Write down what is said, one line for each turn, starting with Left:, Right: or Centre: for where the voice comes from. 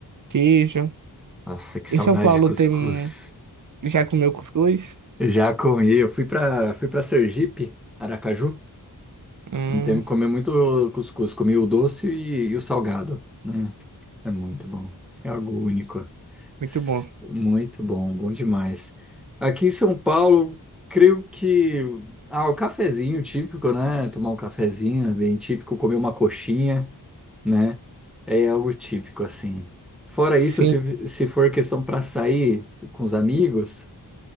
Right: queijo.
Centre: Nossa, que saudade
Right: Em São Paulo
Centre: de cuscuz.
Right: tem um. Já comeu cuscuz?
Centre: Já comi, eu fui para fui para Sergipe, Aracaju.
Right: Hum,
Centre: Não teve que comer muito cuscuz, comi o doce e, e o salgado, né? É muito bom. É algo único.
Right: muito
Centre: S-
Right: bom.
Centre: Muito bom, bom demais. Aqui em São Paulo, creio que ah, o cafezinho típico, né? Tomar um cafezinho é bem típico, comer uma coxinha, né? É algo típico assim. Fora
Right: Sim,
Centre: isso, se, se for questão para sair com os amigos,